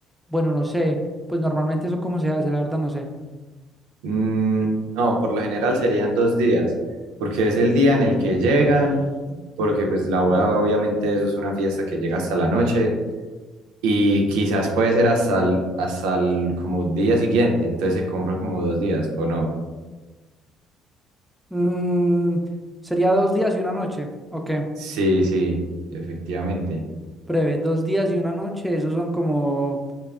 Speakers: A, in the centre; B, on the right.
A: bueno, no sé. Pues normalmente eso cómo se hace, la verdad no sé.
B: Mm, no, por lo general serían dos días, porque es el día en el que llegan, porque pues la boda obviamente eso es una fiesta que llega hasta la noche y quizás puede ser hasta el, hasta el como día siguiente, entonces se compra como dos días, ¿o no?
A: Mm, sería dos días y una noche. Ok,
B: Sí, sí, efectivamente.
A: breve. Dos días y una noche. Esos son como...